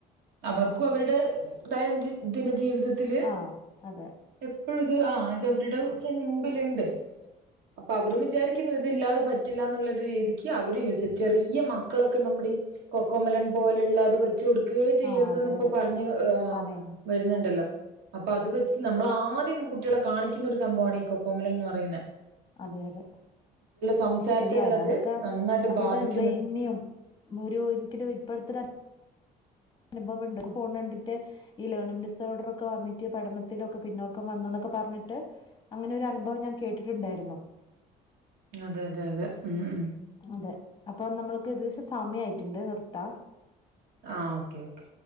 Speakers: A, on the right; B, on the left.
A: അവർക്കും അവരുടെ ദൈനം ദിനജീവിത ജി വിത തിൽ
B: ആഹ് അതെ
A: എപ്പോഴും ആ ഇത് അവരുടെ ഫ മുമ്പിലുണ്ട് അപ്പൊ അവരും വിചാരിക്കുന്നു ഇത് ഇല്ലാതെ പറ്റില്ല എന്നുള്ളരു രീതിക്ക് വെച്ച് കൊടുക്കുണ് അപ്പോ അവരും വിചാരിക്കുണ് ഇതില്ലാതെ പറ്റില്ല എന്ന് അവര ചെറിയ മക്കളൊക്കെ നമ്മുടെ ഈ കൊക്കോമലൻ പോലെയുള്ള അത് വെച്ച കൊടു ചെയ്യരുതന്ന്
B: ആഹ് അതെ
A: ഇപ്പോപറഞ്ഞു
B: അതെ പറയുന്നു
A: വരുന്നുണ്ടല്ലോ അപ്പൊ അത് വെച്ച് നമ്മള ആദ്യം അപ്പോ അത് വെച്ച് നമ്മള ആദ്യം കുട്ടികളെ കാണിക്കുന്ന ഒരു സംഭവമാണ് ഈ കൊക്കോമലൻ എന്ന് പറയുന്നത്
B: അതെ അതെ
A: സംസാരത്തെ
B: ശരിയാണ്
A: വരെ അത്
B: അതൊക്കെ
A: നന്നായിട്ട്
B: അവരുടെ
A: ബാധിക്കുന്നുണ്ട്
B: ബ്രെയിനെയും ഒരു എനിക്കൊരു ഇപ്പോഴത്തെ ഒരു അ അനുഭവം ഉണ്ട് ഫോൺ കണ്ടിട്ട് ഒരു ലേണിംഗ് റിസോർട്ടുറൊക്കെ വന്നിട്ട് പഠനത്തിലൊക്കെ പിന്നോക്കം വന്നു എന്നൊക്കെ പറഞ്ഞിട്ട് അങ്ങനെൊ ഒരു അനുഭവം ഞാൻ കേട്ടിട്ടുണ്ടായിരുന്നു
A: അതെ അത അതെ ഉം ഉം
B: അതെ അപ്പൊ നമ്മൾക്ക് ഏദേശം സമയായിട്ടുണ്ട് നി ത്ത
A: ആഹ ഓക്കേ ഓക്കെ